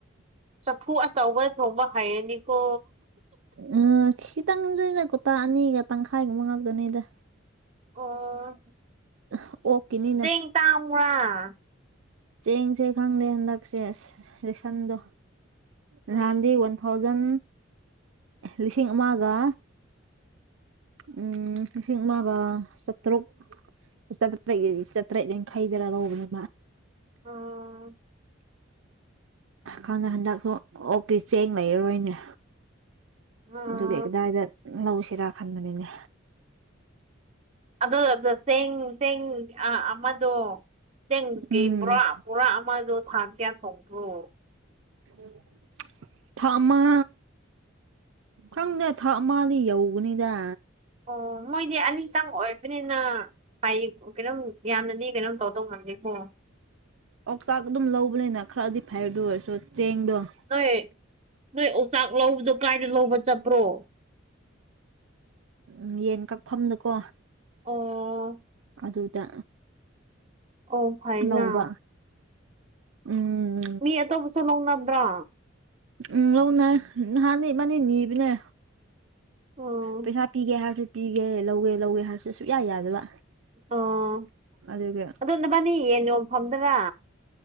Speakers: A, on the right; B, on the right.
A: ꯆꯐꯨ ꯑꯆꯧꯕꯗ ꯊꯣꯡꯕ ꯍꯩꯔꯅꯤꯀꯣ
B: ꯎꯝ ꯈꯤꯇꯪꯗ ꯀꯨꯇꯥ ꯑꯅꯤꯒ ꯇꯪꯈꯥꯏꯒꯨꯝꯕ ꯉꯥꯛꯇꯅꯤꯗ
A: ꯑꯣ
B: ꯑꯣꯛꯀꯤꯅꯤꯅ
A: ꯆꯦꯡ ꯇꯥꯡꯕꯔ꯭
B: ꯆꯦꯡꯁꯦ ꯈꯪꯗꯦ ꯍꯟꯗꯛꯁꯦ ꯑꯁ ꯔꯦꯁꯟꯗꯣ
A: ꯎꯝ
B: ꯅꯍꯥꯟꯗꯤ ꯋꯥꯟ ꯊꯥꯎꯖꯟ ꯂꯤꯁꯤꯡ ꯑꯃꯒ ꯎꯝ ꯂꯤꯁꯤꯡ ꯑꯃꯒ ꯆꯥꯇ꯭ꯔꯨꯛ ꯆꯥꯇ꯭ꯔꯦꯠꯀꯤ ꯆꯥꯇ꯭ꯔꯦꯠ ꯈꯩꯗꯔꯥ ꯂꯧꯕꯅꯦ
A: ꯎꯝ
B: ꯈꯪꯉꯦ ꯍꯟꯗꯛꯁꯨ ꯑꯣꯛꯀꯤ ꯆꯦꯡ ꯂꯩꯔꯔꯣꯏꯅꯦ
A: ꯎꯝ
B: ꯑꯗꯨ ꯀꯗꯥꯏꯗ ꯂꯧꯁꯤꯔꯥ ꯈꯟꯕꯅꯤꯅꯦ
A: ꯑꯗꯣ ꯁꯦꯡꯦꯡ ꯑ ꯑ ꯑꯗꯣ ꯇꯦꯡ ꯀꯩ
B: ꯎꯝ
A: ꯄꯨꯣꯔꯥ ꯄꯨꯔꯥ ꯑꯃꯗꯣ ꯊꯥꯡ ꯀꯌꯥ ꯊꯣꯛꯄ꯭ꯔꯣ
B: ꯎꯝ ꯊꯥꯛ ꯑꯃ ꯈꯪꯗꯦ ꯊꯥꯛ ꯑꯃꯗꯤ ꯌꯧꯧꯕꯅꯤꯗ
A: ꯑꯣ ꯃꯣꯏꯗꯤ ꯑꯅꯤꯛꯇꯪ ꯑꯣꯏ ꯑꯗꯨꯕꯅꯤꯅ ꯍꯥꯏ ꯀꯩꯅꯣꯝ ꯌꯥꯝꯅꯅꯤ ꯀꯩꯅꯣꯝ ꯇꯧꯗꯧ ꯉꯝꯗꯦꯀꯣ
B: ꯑꯣꯥꯎꯇꯥꯛ ꯑꯗꯨꯝ ꯂꯧꯕꯅꯤꯅ ꯈꯔꯗꯤ ꯐꯩꯔꯗ ꯑꯣꯏꯔꯁꯨ ꯆꯦꯡꯗꯣ
A: ꯅꯣꯏ ꯅꯣꯏ ꯑꯣꯆꯥꯛ ꯂꯧꯕꯗꯣ ꯀꯥꯏꯗ ꯂꯧꯕ ꯆꯠꯄ꯭ꯔꯣ
B: ꯎ ꯌꯦꯟ ꯀꯛꯐꯝꯗꯨꯀꯣ
A: ꯑꯣ
B: ꯑꯗꯨꯗ
A: ꯑꯣ ꯐꯥꯏꯅ
B: ꯂꯧꯕ ꯎꯝ
A: ꯃꯤ ꯑꯇꯣꯞꯧꯕꯁꯨ ꯂꯧꯅꯕ꯭ꯔꯣ
B: ꯎꯝ ꯂꯧꯅꯩ ꯅꯍꯥꯟꯗꯤ ꯏꯕꯥꯅꯤ ꯅꯤꯕꯅꯦ
A: ꯎꯝ
B: ꯄꯩꯁꯥ ꯄꯤꯒꯦ ꯍꯥꯏꯕꯁꯨ ꯄꯤꯒꯦ ꯂꯧꯋꯦ ꯂꯧꯋꯦ ꯍꯥꯏꯕꯁꯨ ꯁꯨꯛꯌꯥ ꯌꯥꯗꯕ
A: ꯑꯣ
B: ꯑꯗꯨꯒꯤ
A: ꯑꯗꯣ ꯅꯕꯥꯅꯤ ꯌꯦꯟ ꯌꯣꯝꯐꯝꯗꯔ